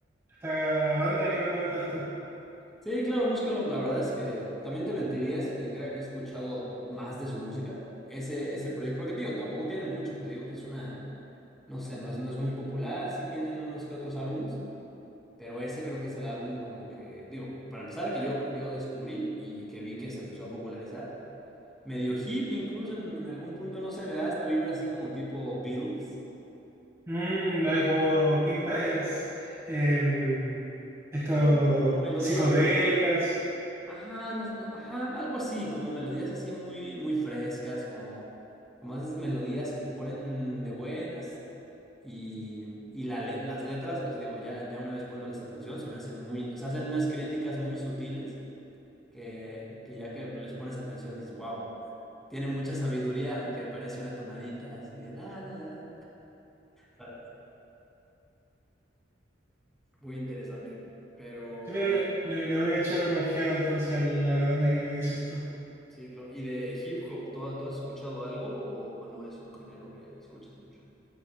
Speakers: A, on the right; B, in the centre.
A: a esta banda que me comentas tú.
B: Sí, claro, búscalo. La verdad es que también te mentiría si te dijera que he escuchado más de su música. Ese, ese proyecto, porque te digo, tampoco tienen mucho. Te digo que es una, no sé, no es, no es muy popular. Sí tienen unos que otros álbums, Pero ese creo que es el álbum como que, digo, para empezar, que yo, yo descubrí y que vi que se empezó a popularizar. Medio hip, incluso en, en algún punto, no sé, me da esta vibra así como tipo Beatles.
A: Mm, hay como pintas em, estos
B: Sí, como melodías,
A: psicodélicas.
B: ajá, no, no, ajá, algo así, como melodías así muy, muy frescas, como, como esas melodías que te ponen de buenas y, y la le- las letras, yo digo, ya, ya una vez poniéndoles atención, se me hacen muy, o sea, hacen unas críticas muy sutiles que, que ya que les pones atención dices, wow, tiene mucha sabiduría, aunque parece una tonadita así de la, la, la. <laughs> la". Ah, Muy interesante. Pero
A: Sí, mira, le, le- le voy a echar una ojeada entonces a la a la banda que me dices tú.
B: sí, claro. ¿Y de hip hop, ¿tú, tú has escuchado algo o o no es un género que escuches mucho?